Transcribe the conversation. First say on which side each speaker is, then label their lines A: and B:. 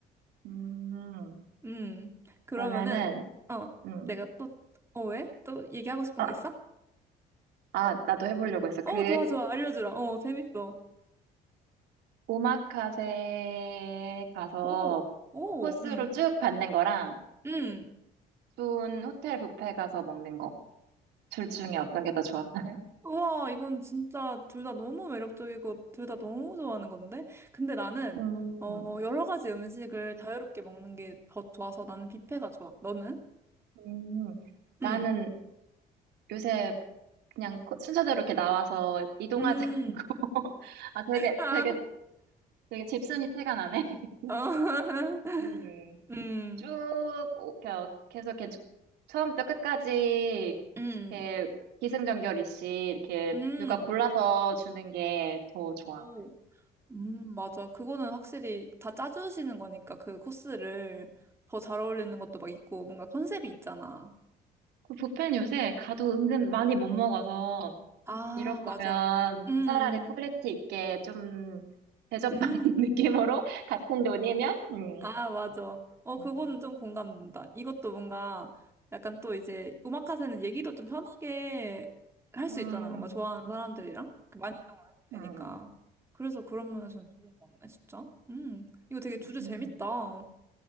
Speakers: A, on the right; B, on the right.
A: 음,
B: 음, 그러면은,
A: 그러면은,
B: 어,
A: 음,
B: 내가 또, 어, 왜? 또 얘기하고 싶은
A: 아,
B: 거 있어?
A: 아, 나도 해보려고 했어.
B: 어,
A: 그,
B: 좋아, 좋아. 알려주라. 어, 재밌어.
A: 오마카세 가서
B: 오, 오,
A: 코스로
B: 음,
A: 쭉 받는 거랑
B: 음.
A: 좋은 호텔 뷔페 가서 먹는 거. 둘 중에 어떤 게 더 좋아? <laughs>
B: 우와, 이건 진짜 둘 다 너무 매력적이고 둘 다 너무 좋아하는 건데? 근데 나는,
A: 음,
B: 어, 여러 가지 음식을 자유롭게 먹는 게 더 좋아서 나는 뷔페가 좋아. 너는?
A: 음. 나는
B: 음,
A: 요새 그냥 코- 순서대로 이렇게 나와서 이동하지.
B: 음,
A: 않고 <laughs> 아, 되게,
B: 아,
A: 되게, 되게 집순이 티가 나네. <laughs>
B: 어, <laughs>
A: 음.
B: 음,
A: 쭉, 오- 겨- 계속 이렇게 처음부터 끝까지
B: 음,
A: 이렇게 기승전결 이씨 이렇게
B: 음,
A: 누가 골라서 주는 게 더 좋아.
B: 오. 음, 맞아. 그거는 확실히 다 짜주시는 거니까 그 코스를 더 잘 어울리는 것도 막 있고 뭔가 컨셉이 있잖아.
A: 그 뷔페는 요새 가도 은근 많이 못 먹어서
B: 아,
A: 이럴 거면
B: 맞아. 음,
A: 차라리 퀄리티 있게 좀 대접받는
B: 음.
A: <laughs>
B: 음.
A: 느낌으로 같은 돈이면 음,
B: 아, 맞아. 어, 그거는
A: 음.
B: 좀 공감된다. 이것도 뭔가 약간 또 이제 음악 카세는 얘기도 좀 편하게 할 수
A: 음,
B: 있잖아. 뭔가 좋아하는 사람들이랑 그 많이 이동하면 되니까.
A: 음,
B: 그래서 그런 면에서는 좋은 거 같네, 진짜. 음, 이거 되게 주제 재밌다.
A: 음,
B: 어.